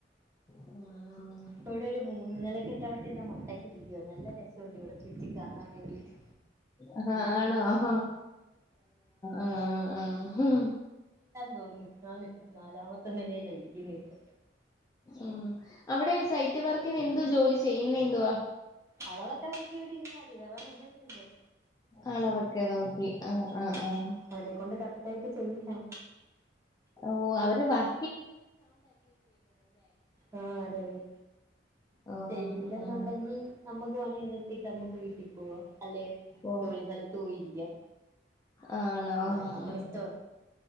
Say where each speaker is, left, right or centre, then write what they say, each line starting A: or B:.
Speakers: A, on the left; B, on the right.
A: ഉം.
B: ഇവിടെ ഒരു മൂന്ന് നില കെട്ടിടത്തിന്റെ മണ്ടക്ക് ഇരിക്കുവാ നല്ല രസം ഒണ്ട് ഇവിടെ ചുറ്റി കാണാൻ വേണ്ടീട്ട്
A: ആഹ് ആണോ ആഹ് ആഹ് ആഹ്
B: തോനുന്ന് നാലാമത്തെ നിലയിലായിരിക്കുന്നേ ഇപ്പ
A: ഉം അവിടെ സൈറ്റ് വർക്കിന് എന്തു ജോലി ചെയ്യുന്നെ എന്തുവാ
B: അളവൊക്കെ നോക്കി ഇവിടെ ഇരുന്നാ മതി വേറെ പണിയൊന്നുമില്ല
A: അളവൊക്കെ നോക്കി ആഹ് ആഹ്
B: ഉം
A: ആഹ്
B: അവരെ കൊണ്ട് കറക്റ്റ് ആയിട്ട് ചെയ്യിക്കണം
A: ഓ അവര് വർ
B: ആഹ് അതെ അതെ
A: ആ
B: ചെയ്തില്ലെന്നുണ്ടെങ്കിൽ
A: ആ
B: നമ്മുക്ക് പണി നിർത്തിട്ട് നമ്മുക്ക് വീട്ടിൽ പോവാം അല്ലെ
A: ഓ
B: ജോലി സ്ഥലത്ത് പോയിരിക്കാം
A: ആണോ
B: ആ,
A: ആഹ്
B: നമ്മുടെ ഇഷ്ടം